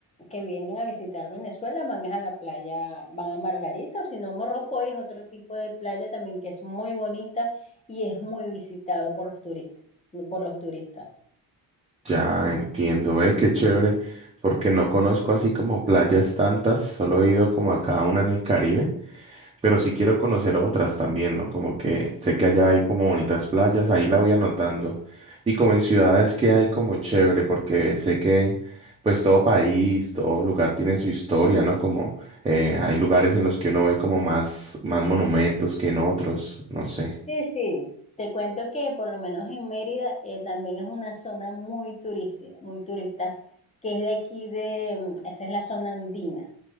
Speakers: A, on the left; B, on the right.
A: que vienen a visitar Venezuela van es a la playa, van a Margarita, o si no, Morrocoy es otro tipo de playa también que es muy bonita y es muy visitado por los turistas, por los turistas.
B: Ya entiendo, ve, qué chévere, porque no conozco así como playas tantas, solo he ido como a cada una en el Caribe. Pero sí quiero conocer otras también, ¿no? Como que sé que allá hay como bonitas playas, ahí la voy anotando. Y como en ciudades que hay como chévere, porque sé que pues todo país, todo lugar tiene su historia, ¿no? Como eh, hay lugares en los que uno ve como más, más monumentos que en otros, no sé.
A: Sí, sí, te cuento que por lo menos en Mérida eh, también es una zona muy turística, muy turista, que es de aquí de, mm, esa es la zona andina.